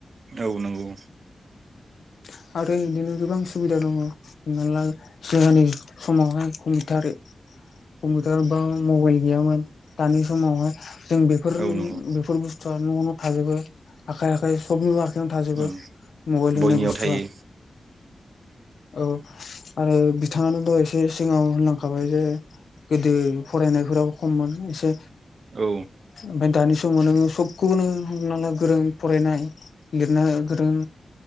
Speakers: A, on the right; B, on the left.
A: औ नंगौ।
B: <inaudible> आरो बिदिनो गोबां सुबिदा दंङ हमनाला जोंहानि समावहाय कमिथार। कम्पिटार बा मबाइल गैयामोन दानि समावहाय जों बेफोर
A: औ नंगौ
B: बेफोर बुस्थ थुया न' न' थाजोबो आखाय आखाय सबनिबो आखायावनो थाजोबो
A: उम
B: मबाइल
A: बयनियाव
B: होननाय बुस्थ बुुस्थ
A: थायो
B: औ आरो बिथांङानो दहाय एसे सिगांङाव होनलांखाबाय जे गोदो फरायनायफोराबो खममोन एसे
A: औ
B: ओमफाय दानि समाव नोंङो सब गुबुनो हमनाला गोरों फरायनाय लिरना गोरों।